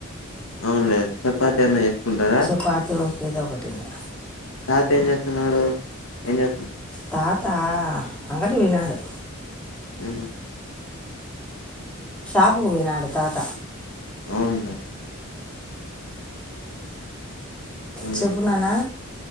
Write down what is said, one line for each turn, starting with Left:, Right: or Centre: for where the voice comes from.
Left: అవునులే చపాత అన్నా చేసుకుంటారా
Centre: చపాతి ఏదో ఒకటింగా
Left: తాత ఏం చేస్తున్నాడు ఏం చేస్తున్నా
Centre: తాత అంగడికి పొయినాడు
Left: అ
Centre: షాపుకి పొయినాడు తాత
Left: అవును హ్మ్
Centre: చెప్పు నానా